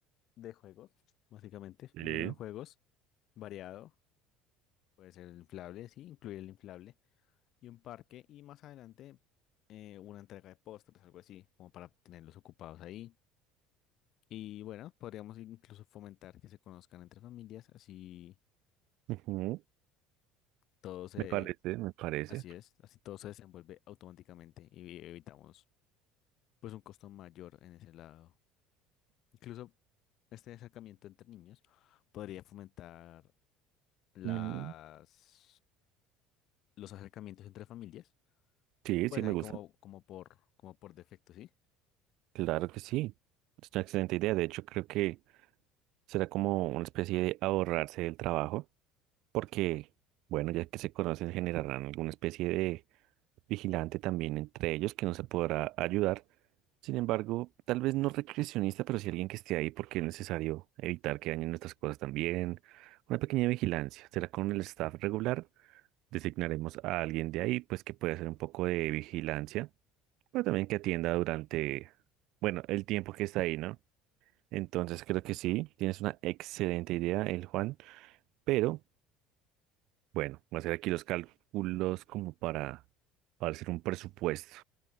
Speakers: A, on the left; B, on the right.
A: de juegos, básicamente,
B: sí,
A: un menú de juegos variado Puede ser el inflable, sí, incluir el inflable y un parque y más adelante eh, una entrega de postres, algo así, como para tenerlos ocupados ahí. Y bueno, podríamos incluso fomentar que se conozcan entre familias, así
B: ujú,
A: todo se,
B: Me parece, me parece.
A: así es, así todo se desenvuelve automáticamente y evitamos pues un costo mayor en ese lado. Incluso este acercamiento entre niños podría fomentar las,
B: Ujú,
A: los acercamientos entre familias,
B: Sí,
A: pues
B: sí, me
A: ahí
B: gusta.
A: como, como por, como por defecto, ¿sí?
B: Claro que sí. Es una excelente idea. De hecho, creo que será como una especie de ahorrarse del trabajo, porque, bueno, ya que se conocen, generarán alguna especie de vigilante también entre ellos que nos podrá ayudar. Sin embargo, tal vez no recreacionista, pero sí alguien que esté ahí porque es necesario evitar que dañen nuestras cosas también. Una pequeña vigilancia. Será con el staff regular Designaremos a alguien de ahí, pues que pueda hacer un poco de vigilancia, pero también que atienda durante, bueno, el tiempo que está ahí, ¿no? Entonces creo que sí, tienes una excelente idea, el Juan, pero bueno, voy a hacer aquí los cálculos como para, para hacer un presupuesto.